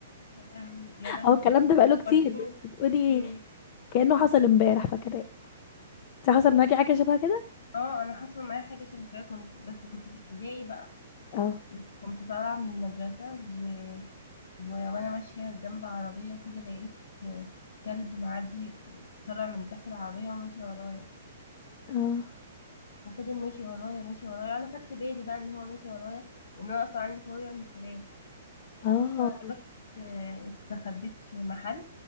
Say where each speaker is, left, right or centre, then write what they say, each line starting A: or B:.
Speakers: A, on the left; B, on the left.
A: يا لهوي يا لهوي
B: اهو الكلام
A: يا بنتي
B: ده بقاله كتير
A: فكرتيني
B: بس تقولي
A: مم.
B: كأنه حصل امبارح فاكراه انت حصل معاكي حاجه شبه كده
A: اه انا حصل معايا حاجه شبه كده كنت بس كنت في ابتدائي بقى
B: اه
A: كنت طالعه من المدرسه و... و... وانا ماشيه جنب عربيه كده لقيت كلب معدي طالع من تحت العربيه وماشي ورايا
B: اه
A: وفضل ماشي ورايا ماشي ورايا انا خدت بالي بقى ان هو ماشي ورايا لان انا اصلا عندي فوبيا من الكلاب
B: اه
A: فرحت آه، استخبيت في محل